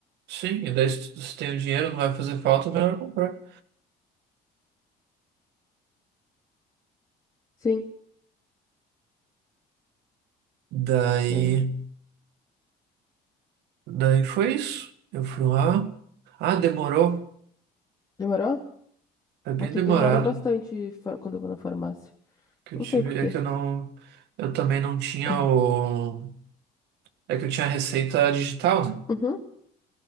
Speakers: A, on the right; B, on the left.
A: Sim, e daí se, tu- se tem o dinheiro, não vai fazer falta, melhor comprar.
B: Sim.
A: Daí,
B: É.
A: daí foi isso. Eu fui lá. Ah, demorou.
B: Demorou?
A: É bem
B: Aqui
A: demorado.
B: demora bastante fa- quando eu vou na farmácia.
A: Que eu
B: Não
A: tive,
B: sei por quê.
A: é que eu não, eu também não tinha
B: <clears throat>
A: o, é que eu tinha a receita digital, né?
B: Uhum.